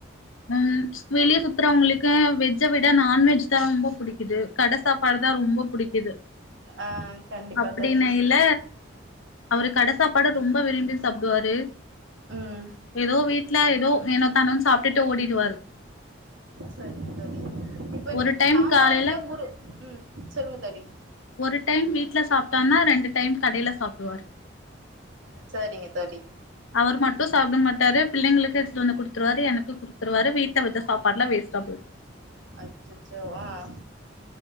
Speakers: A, on the left (about 90°); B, on the right (about 75°).
A: ம் வெளிய சுத்றவங்குளுக்கு வெஜ் ஜ்ஜ விட நான்வெஜ் தா ரொம்ப புடிக்கிது கட சாப்பாடுதா ரொம்ப புடிக்கிது
B: ஆ கண்டிப்பா
A: அப்டின்னு
B: தோழி
A: இல்ல அவரு கட சாப்பாடு ரொம்ப விரும்பி சாப்டுவாரு
B: ம்
A: எதோ வீட்ல எதோ எனக் தானு சாப்டுட்டு ஓடிடுவாரு
B: சரிங்க தோழி இப்ப
A: ஒரு
B: நீங்க
A: டைம்
B: சாம்பார்ல
A: காலையில
B: முறு ம் சொல்லுங்க தோழி
A: ஒரு டைம் வீட்ல சாப்பிட்டானா ரெண்டு டைம் கடையில சாப்பிடுவாரு
B: சரிங்க தோழி
A: அவர் மட்டு சாப்பிட மாட்டாரு பிள்ளைங்களுக்கு எடுத்துட்டு வந்து குடுத்துருவாரு எனக்கு குடுத்துருவாரு வீட்ல வச்ச சாப்பாடுல்லா வேஸ்டா போய்டு
B: அச்சச்சோ ஆஹ்